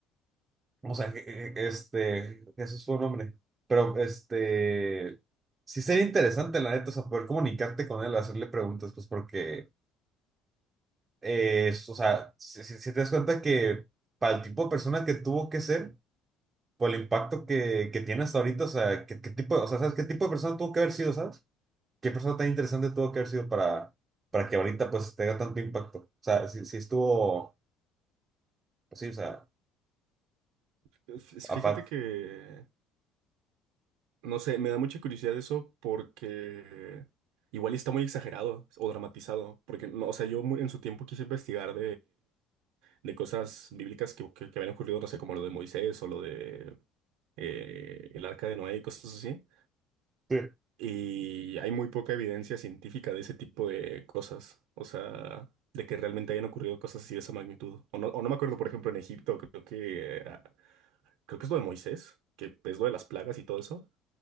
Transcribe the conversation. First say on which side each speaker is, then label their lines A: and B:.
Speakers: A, on the right; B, on the right.
A: o sea, que- que- este, Jesús fue un hombre, pero este, sí sería interesante, la neta, o sea, poder comunicarte con él, hacerle preguntas, pues porque, eh, es- o sea, si, si si te das cuenta que para el tipo de persona que tuvo que ser, por el impacto que, que tiene hasta ahorita, o sea, ¿qué, qué tipo, o sea, ¿sabes qué tipo de persona tuvo que haber sido, ¿sabes? ¿Qué persona tan interesante tuvo que haber sido para, para que ahorita pues tenga tanto impacto? O sea, si, si estuvo, pues sí, o sea,
B: F-
A: a
B: Fíjate
A: fa-
B: que, no sé, me da mucha curiosidad eso porque igual está muy exagerado o dramatizado. Porque, no, o sea, yo mu- en su tiempo quise investigar de cosas bíblicas que, que, que habían ocurrido, no sé, como lo de Moisés o lo de eh, el arca de Noé y cosas así.
A: Sí.
B: Y hay muy poca evidencia científica de ese tipo de cosas, o sea, de que realmente hayan ocurrido cosas así de esa magnitud. O no, o no me acuerdo, por ejemplo, en Egipto, creo que, eh, creo que es lo de Moisés, que es lo de las plagas y todo eso.